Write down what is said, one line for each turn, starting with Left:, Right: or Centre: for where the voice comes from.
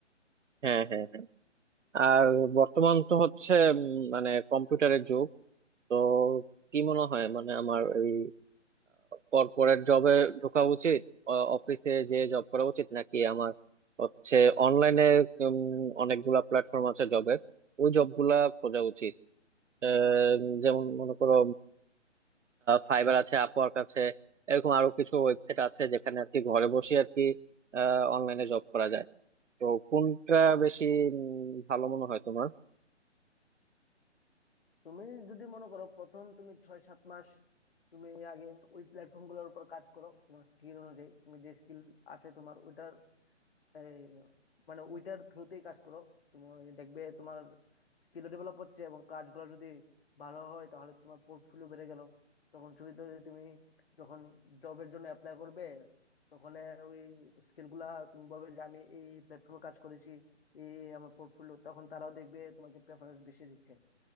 Right: হ্যাঁ হ্যাঁ হ্যাঁ আর বর্তমান তো হচ্ছে উম, মানে কম্পিউটারের যুগ তো কি মনে হয় মানে আমার এই কর্পোরেট জবে ঢোকা উচিত অফিসে যে জব করা উচিত নাকি আমার হচ্ছে অনলাইনে অনেকগুলা প্ল্যাটফর্ম আছে জবের ওই জবগুলা খোঁজা উচিত আহ, যেমন মনে করো ফাইবার আছে আপওয়ার্ক আছে এরকম আরো কিছু ওয়েবসাইট আছে যেখানে আর কি ঘরে বসে আর কি অনলাইনে জব করা যায় তো কোনটা বেশি উম, ভালো মনে হয় তোমার
Left: তুমি যদি মনে করো প্রথম তুমি ছয় সাত মাস তুমি আগে ওই প্ল্যাটফর্ম গুলোর উপর কাজ করো তোমার স্কিল অনুযায়ী তুমি যে স্কিল আছে তোমার ওইটার এই মানে ওইটার থ্রুতেই কাজ করো তুমি দেখবে তোমার স্কিল ডেভেলপ হচ্ছে এবং কাজগুলো যদি ভালো হয় তাহলে তোমার পোর্টফোলিও বেড়ে গেল তখন সুবিধা হয়ে তুমি যখন জবের জন্য অ্যাপ্লাই করবে তখন ওই স্কিল গুলা তুমি বলবে যে আমি এই প্ল্যাটফর্মে কাজ করেছি এই এই আমার পোর্টফোলিও তখন তারাও দেখবে তোমাকে প্রেফারেন্স বেশি দিচ্ছে